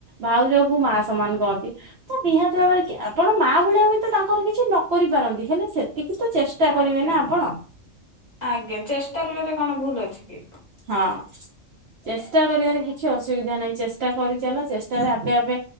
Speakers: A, on the right; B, on the left.
A: ଭାଉଜକୁ ମା ସମାନ କହନ୍ତି ତ ନିହାତି ଭାବରେ ଆପଣ ମା ଭଳିଆ ହୁଏ ତ ତାଙ୍କର କିଛି ନ ନ କରିପାରନ୍ତି ହେଲେ ସେତିକି ତ ଚେଷ୍ଟା
B: ଆଜ୍ଞା
A: କରିବେ ନା ଆପଣ?
B: ଆଜ୍ଞା ଚେଷ୍ଟା କରିବରେ କଣ ଭୁଲ ଅଛି କି?
A: ହଁ। ଚେଷ୍ଟା କରିବାରେ କିଛି ଅସୁବିଧା ନାହିଁ ଚେଷ୍ଟା କରିଚଲ ଚେଷ୍ଟାରେ ଆପେ ଆପେ